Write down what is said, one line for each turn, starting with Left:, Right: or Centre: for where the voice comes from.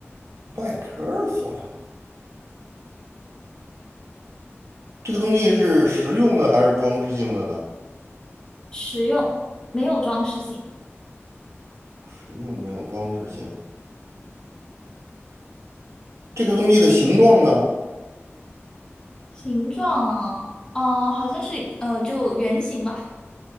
Right: 外壳儿塑料。这个东西是实用的还是装饰性的呢？
Left: 实用，没有装饰性。
Right: 实用没有装饰性。这个东西的形状呢？
Left: 形状啊，哦，好像是呃，就圆形吧，